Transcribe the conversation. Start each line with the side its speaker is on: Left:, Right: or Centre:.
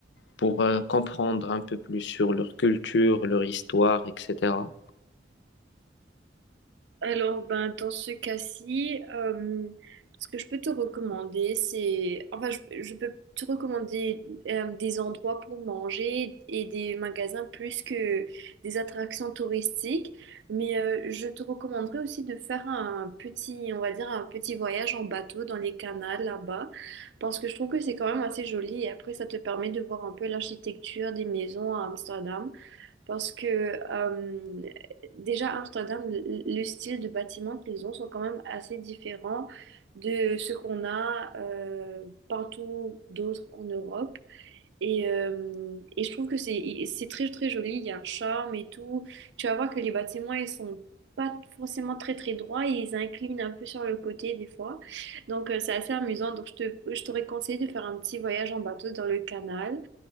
Left: pour euh, comprendre un peu plus sur leur culture, leur histoire, etc.
Right: Alors, ben, dans ce cas-ci, euh, ce que je peux te recommander, c'est... Enfin, je, je peux te recommander euh, des endroits pour manger et des magasins plus que des attractions touristiques. Mais euh, je te recommanderais aussi de faire un petit, on va dire, un petit voyage en bateau dans les canals là-bas, parce que je trouve que c'est quand même assez joli et après, ça te permet de voir un peu l'architecture des maisons à Amsterdam. Parce que euh, déjà, à Amsterdam, le le style de bâtiments qu'ils ont sont quand même assez différents de ce qu'on a euh, partout d'autres en Europe. Et, euh, et je trouve que c'est c'est très très joli, il y a un charme et tout. Tu vas voir que les bâtiments, ils sont pas forcément très très droits et ils inclinent un peu sur le côté des fois. Donc euh, c'est assez amusant. Donc je te, je t'aurais conseillé de faire un petit voyage en bateau dans le canal.